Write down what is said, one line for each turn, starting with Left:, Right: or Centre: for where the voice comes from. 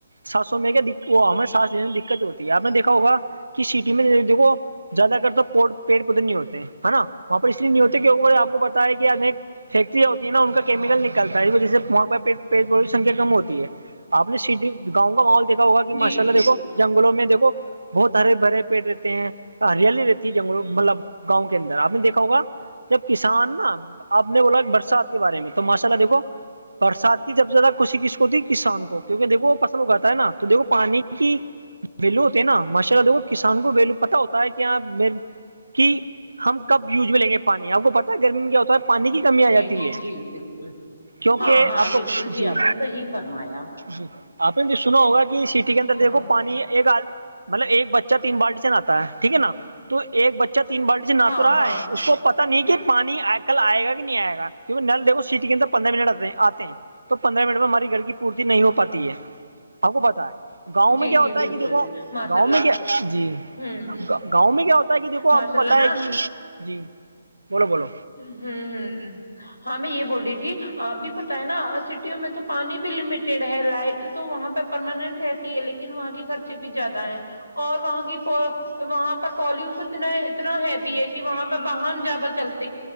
Right: ساتس سو میں کیا ہمیں ساتس لینے میں دقت ہوتی ہے آپ نے دیکا ہوگ کہ سٹی میں دیکو زیادہ کر تو پیڑ پودے نہیں ہوتے ہیں نا وہاں پ پر اس لیے نہیں ہوتے کی آپ کو بتا ہے کہ فیکٹریاں ہوتی ہیں نا ان کا کیمکل نکلتا ہے جس سے وہاں پ سنکھیا کم ہوتی ہے آپ نے سٹی گاؤں کا محول د ہوگا کہ
Left: جی
Right: ماشاء اللہ
Left: جی
Right: دیکو جنگلوں میں دھو بہت ہرے بھرے پیٹ رہتے ہیں ہریالی رہتے جنگ مطلب گاؤں کے اندر آپ نے دیکھا ہوگا جب کسان نا آپ نے بولا برسات کے بارے میں تو ماشاء اللہ دیکھو برسات کی جب سے زیادہ خوشی کس کو تھی کسان کو کیونکہ دیکو فصل اگاتا ہے نا تو دیکھو پانی کی ویلو ہوتے ہے نا ماشاء اللہ دیکھو کسان کو ویلو پت ہوتا ہے کہ یہاں م کہ ہم کب یوز میں لیں گے پانی آپ کو پتا ہے گرمی میں کیا ہوتا ہے پانی کی کمی آ جاتی
Left: جی جی
Right: ہے
Left: جی بالکل
Right: کیوںکہ
Left: ہاں ہاں
Right: آپ کو
Left: بالکل
Right: جی
Left: آپ نے صحیح فرمایا
Right: جی آپ نے سنا ہوگا کہ سٹی کے اندر دیکھو
Left: ہاں
Right: پانی ایک مطلب ایک بچ تین بالٹی سے نہا ہے ٹھیک ہے نا تو ایک بچہ تین بالٹی سے نہ
Left: ہاں
Right: تو رہا
Left: ہاں
Right: ہے اس کو پ نہیں کہ پانی کل آئے گا کہ نہیں آئےا کیونکہ نل دیکو سٹی کے اندر پندرہ منٹ آتے آتے ہیں تو پندرہ منٹ میں ہماری گھر کی پورتی نہیں ہو پاتی ہے آپ کو پت ہے گاؤں
Left: جی
Right: میں کیا
Left: جی
Right: ہوتا
Left: بالکل
Right: ہے کہ دیکھو
Left: ماشاء
Right: گاؤں
Left: اللہ
Right: میں کیا جی
Left: ہوں ہوں
Right: گاؤں میں کیا ہوتا ہے کہ دیکھو
Left: ماشاء
Right: آپ کو
Left: اللہ
Right: پتا ہے
Left: نا
Right: کہ جی بولو بولو
Left: ہوں ہ ہاں میں یہ بول رہی تھی اب بھی پت ہے نا سٹیوں میں تو پانی بھی لمیٹیڈ ہے لائٹ تو وہاں پہ پرماننٹ رہتی ہے لیکن وہاں کے خرچے بھی زیادہ ہیں اور وہاں کی وہاں پر پالوشن اتنا اتنا ہیوی ہے کہ وہاں پہ باہن زیادہ چلتا